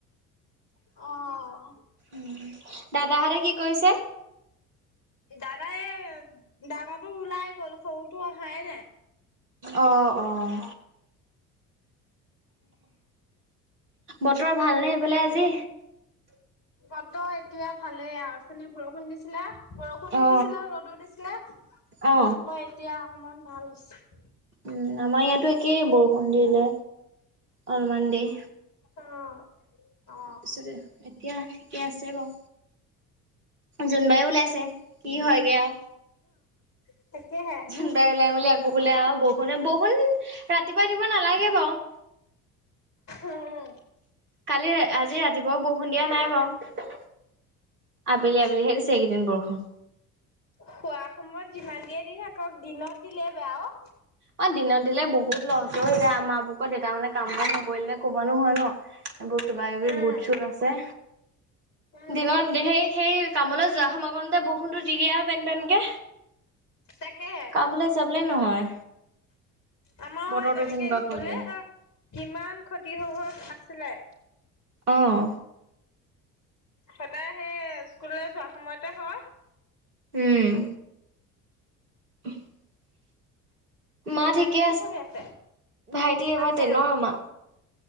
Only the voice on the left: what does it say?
অ'।
দাদা এই, ডাঙৰটো ওলাই গ'ল, সৰুটো অহাই নাই।
বতৰ এতিয়া ভালেই আৰু উঠনি বৰষুণ দিছিলে। বৰষুণো
দিছিলে, ৰ'দো দিছিলে,
তাৰপৰা এতিয়া অকমান ভাল হৈছে।
অ'। অ',
অ তাকেহে
উম,
শুৱা সময়ত যিমান দিয়ে দি থাকক, দিনত দিলে বেয়া অ'।
উম,
উম,
তাকেহে।
আমাৰো
সেই তেনেকে
স্কুললে
অ কিমান খতি হৈ হৈ আছিলে।
সদায় সেই, স্কুললৈ যোৱা সময়তে হয়।
ভাইতি
কি পঢ়ি আছে,
আছে
অ'।